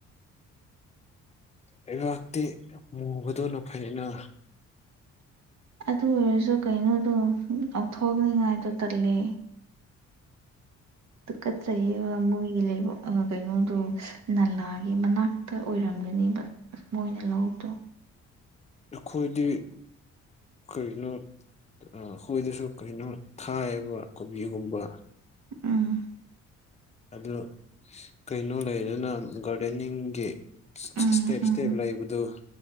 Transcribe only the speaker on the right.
ꯑꯗꯨ ꯑꯣꯏꯔꯁꯨ ꯀꯩꯅꯣꯗꯣ ꯂꯧꯊꯣꯛꯅꯤꯉꯥꯏꯗꯣ ꯇꯜꯂ ꯑꯗꯨ ꯀꯠꯆꯩ ꯃꯣꯏꯒꯤ ꯂꯩꯕ ꯀꯩꯅꯣꯗꯣ ꯅꯂꯥꯒꯤ ꯃꯅꯥꯛꯇ ꯑꯣꯏꯔꯝꯒꯅꯦꯕ ꯑꯁ ꯃꯣꯏꯅ ꯂꯧꯗꯣ
ꯑꯥ
ꯎꯝ
ꯎꯝ